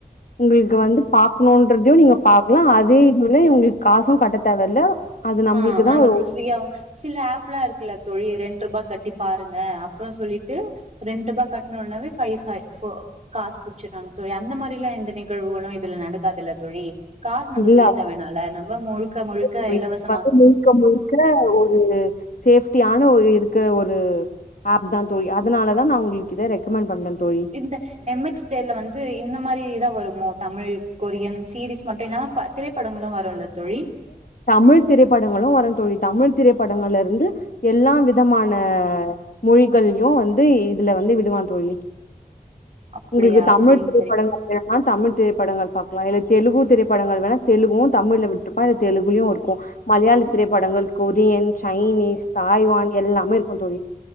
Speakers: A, on the left (about 65°); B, on the right (about 50°).
A: உங்குளுக்கு வந்து பாக்கணோன்றதையு நீங்க பாக்கலா அதே இதுல உங்குளுக்கு காசும் கட்ட தேவல்ல அது நம்பளுக்குதா
B: ஆ நமக்கு
A: ஒரு
B: ஃப்ரீயாவோ சில ஆப்லா இருக்குல்ல தோழி ரெண்ட்ருபா கட்டி பாருங்க அப்புறோ சொல்லிட்டு ரெண்ட்ருபாக் கட்ன ஒன்னவே ஃபை ஃபை ஃபோர் காசு புட்ச்சுறாங்க தோழி அந்த மாதிரிலா எந்த நிகழ்வுகளு இதுல நடக்காதுல்ல தோழி காசு நம்ம
A: இல்ல
B: செலுத்த வேணால நம்ம முழுக்க முழுக்க
A: அப்டி
B: இலவச
A: வந்து முழுக்க முழுக்க ஒரு சேஃப்டியான ஒரு இருக்க ஒரு ஆப் தா தோழி அதனால தா நா உங்குளுக்கு இத ரெக்கமெண்ட் பன்ற தோழி
B: இந்த எம் எக்ஸ் பிளேயருல வந்து இந்த மாரி தா வருமோ தமிழ் கொரியன் சீரிஸ் மட்டு இல்லா திரைப் படங்களு வரோ இல்ல தோழி
A: தமிழ் திரைப்படங்களு வரோ தோழி தமிழ் திரைப்படங்கள்ல இருந்து எல்லா வித மான மொழிகள்லயு வந்து இதுல வந்து விடுவா தோழி
B: அப்டியா
A: உங்குளுக்கு தமிழ்
B: செரிங்க
A: திரைப்படங்கள்
B: செரி
A: ன்னா தமிழ் திரைப்படங்கள் பாக்கலா இல்ல தெலுகு திரைப்படங்கள் வேணா தெலுகுவோ தமிழ்ல விட்டு றுப்பா தெலுகுலுயு இருக்கோ மலையாள திரைப்படங்கள் கொரியன் சைனீஸ் தாய்வான் எல்லாமே இருக்கோ தோழி